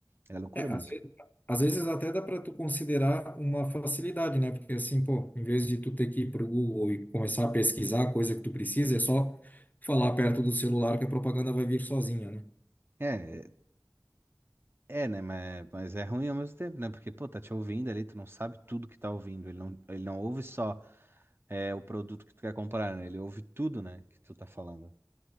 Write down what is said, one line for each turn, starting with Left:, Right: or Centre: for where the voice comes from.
Right: É loucura
Left: É, às
Right: mesmo.
Left: vezes, às vezes até dá para tu considerar uma facilidade, né? Porque assim, pô, em vez de tu ter que ir pro Google e começar a pesquisar a coisa que tu precisa, é só falar perto do celular que a propaganda vai vir sozinha, né?
Right: É, é, né? Mas, mas é ruim ao mesmo tempo, né? Porque, pô, tá te ouvindo ali, tu não sabe tudo que tá ouvindo. Ele não, ele não ouve só, é, o produto que tu quer comprar, né? Ele ouve tudo, né, que tu tá falando.